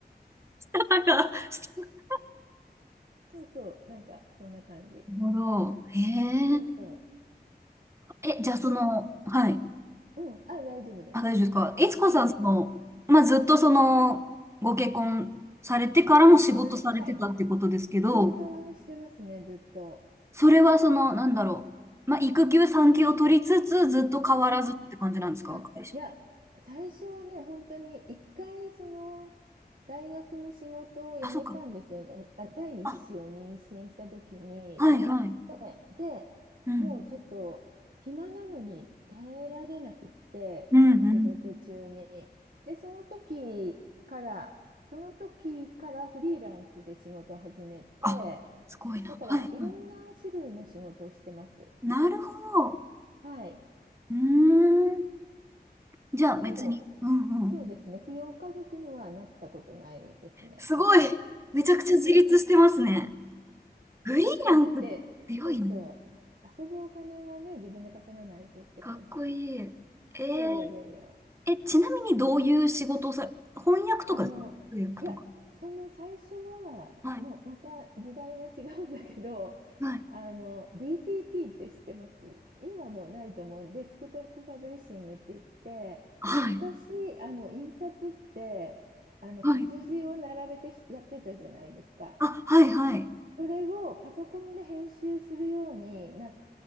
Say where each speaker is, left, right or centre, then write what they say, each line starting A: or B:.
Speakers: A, on the right (about 15°); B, on the right (about 55°).
A: <laughs> なんか、<laughs>
B: そうそう、なんかそんな感じ。
A: なるほど。へ
B: そうそ
A: え。え、じゃあその、
B: う。で、
A: はい。
B: うん、あ、大丈夫、大丈
A: あ、大丈夫ですか。いつこさん、
B: 夫。うん。
A: その、まあ、ずっとその、ご結婚されてからも仕事されてたってことですけど、
B: はい、はい。仕事はしてますね、ずっと。
A: それはその、なんだろう。まあ、育休、産休を取りつつ、ずっと変わらずって感じなんですか、
B: うん。あ、
A: 会社。
B: いや、最初はね、本当に一回、その、大学の仕事を辞めたんですよね。
A: あ、そうか。
B: あ、第一子を妊娠した時に辞めて、
A: あ、はいはい。
B: で、
A: うん。
B: もうちょっと暇なのに耐えられなくって、
A: うん、
B: 子育て中に。
A: うん。
B: で、その時から、その時からフリーランスで仕事を始めて、
A: あ、すごいな。
B: だからいろんな種類の仕事をしてます。
A: はい、はい。なるほど。
B: はい。
A: うーん。じゃあ、別に。
B: でも
A: うんうん。
B: そうですね。扶養家族にはなったことないですね。
A: すごい。めちゃくちゃ自立してますね。
B: <laughs>
A: フリーランス強いな。
B: いや、だって、そうそう。遊ぶお金はね、自分で稼がないとって感じ。
A: かっこいい。えー、
B: いやいやいやいや。
A: え、ちなみにどういう仕事をさ、翻訳とかですか通訳とか。
B: あの、いや、その最初は、
A: はい、
B: もうまた時代が違うんだけど、
A: はい、
B: あの、DTP って知ってます今もうないと思う。デスクトップパブリッシングって言って、
A: はい、
B: 昔、あの、印刷って、あの活字を並べてやってたじゃないですか。
A: はい。あ、はい、はい、
B: それをパソコンで編集するようにな、